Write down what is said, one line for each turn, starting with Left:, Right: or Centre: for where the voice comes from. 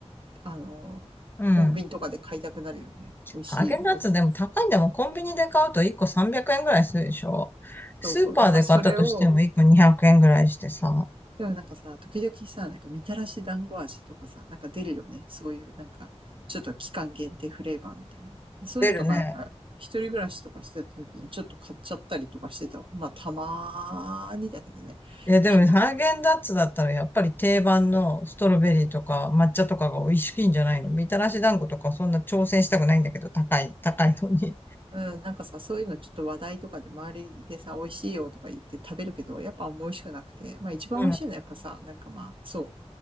Right: あの、
Left: うん。
Right: コンビニとかで買いたくなるよね。美味しいやつ。
Left: ハーゲンダッツでも高いんだもん。コンビニで買うと1個300円ぐらいするでしょ。
Right: そうそう。
Left: スーパーで買ったとしても1個200円ぐらいしてさ、
Right: だからそれを、でもなんかさ、時々さ、なんかみたらし団子味とかさ、なんか出るよね。そういうなんか、ちょっと期間限定フレーバーみたいな。そういうのとかなんか、
Left: 出るね。
Right: 一人暮らしとかしてた時にちょっと買っちゃったりとかしてたまあ、たまーにだけどね。
Left: え、えでもハーゲンダッツだったらやっぱり定番のストロベリーとか抹茶とかが美味しいんじゃないのみたらし団子とかそんな挑戦したくないんだけど、
Right: たま
Left: 高い、高いのに。
Right: ー。うん、なんかさ、そういうのちょっと話題とかで周りでさ、美味しいよとか言って食べるけど、やっぱあんま美味しくなくて。まあ一番美味しいのはやっぱさ、
Left: うん。
Right: なんかまあ、そ